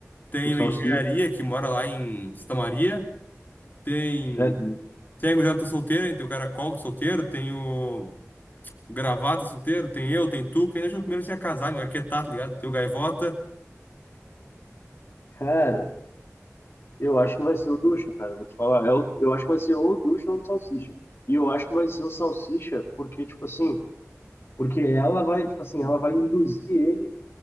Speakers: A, on the left; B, on the left.
A: tem
B: o Salsicha,
A: o engenharia que mora lá em Santa Maria, tem,
B: é...
A: tem a gurizada que tá solteira, né, tem o caracol que é solteiro, tem o o gravata solteiro, tem eu, tem tu, quem acha que o primeiro se ia casar, meu, é que tá, tá ligado? Tem o gaivota.
B: Cara, Eu acho que vai ser o Ducha, cara. Vou te falar. Eu, eu acho que vai ser ou o Ducha ou o Salsicha. E eu acho que vai ser o Salsicha, porque, tipo assim, porque ela vai, tipo assim, ela vai induzir ele